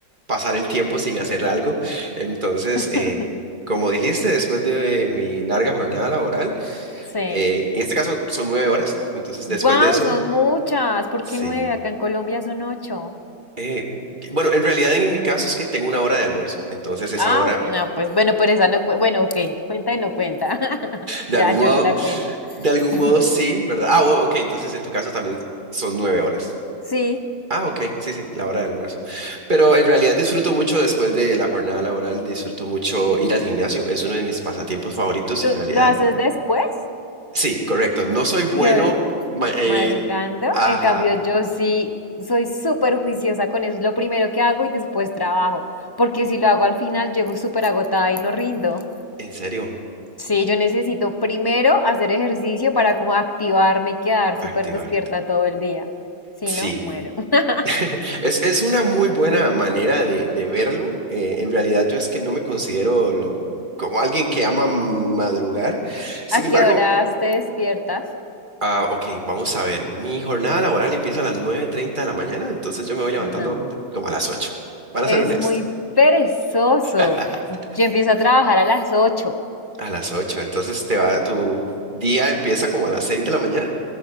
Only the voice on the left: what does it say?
<laughs>
Sí.
Wow,
son muchas. ¿Por
qué nueve? Acá en Colombia son ocho.
Ah,
ok, no, pues bueno, pero esa no, cu- bueno, ok, cuenta y no cuenta. <laughs>
Ya, yo
no la cuento.
<laughs>
Sí.
¿Tú
lo haces después?
Yo,
Madrugando,
en cambio yo sí soy súper juiciosa con eso, es lo primero que hago y después trabajo, porque si lo hago al final llego súper agotada y no rindo.
Sí, yo necesito primero hacer ejercicio para como activarme y quedar súper
despierta todo el día, si
no, muero. <laughs>
¿A
qué horas te despiertas?
No,
eres
muy perezoso.
Yo empiezo a trabajar a las 8.